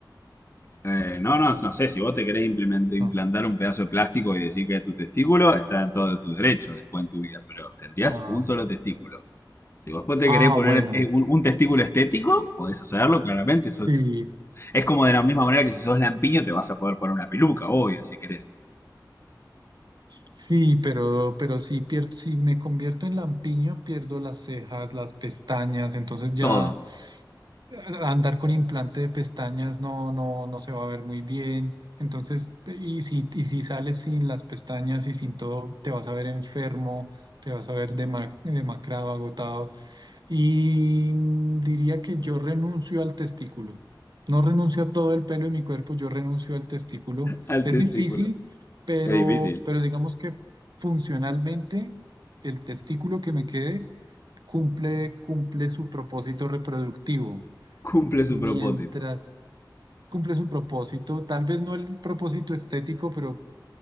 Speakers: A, on the left (about 35°); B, on the right (about 65°).
A: Eh, no, no, no sé, si vos te querés implement- implantar
B: No.
A: un pedazo de plástico y decir que es tu testículo, está en todo tu derecho después en tu vida, pero tendrías
B: Ah,
A: un solo testículo. Si vos después te
B: ah,
A: querés poner
B: bueno.
A: eh, un, un testículo estético, podés hacerlo, claramente.
B: Sí,
A: Eso es, es como de la misma manera que si sos lampiño te vas a poder poner una peluca, obvio, si querés.
B: Sí, pero, pero si, pierdo, si me convierto en lampiño, pierdo las cejas, las pestañas, entonces ya
A: Todo
B: eh, andar con implante de pestañas no, no, no se va a ver muy bien. Entonces, te- y si, y si sales sin las pestañas y sin todo, te vas a ver enfermo, te vas a ver dema- demacrado, agotado. Y mm, diría que yo renuncio al testículo. No renuncio a todo el pelo de mi cuerpo, yo renuncio al testículo.
A: al
B: Es
A: testículo.
B: difícil, pero,
A: Es difícil.
B: pero digamos que funcionalmente el testículo que me quede cumple, cumple su propósito reproductivo.
A: Cumple su
B: Mientras
A: propósito.
B: cumple su propósito, tal vez no el propósito estético, pero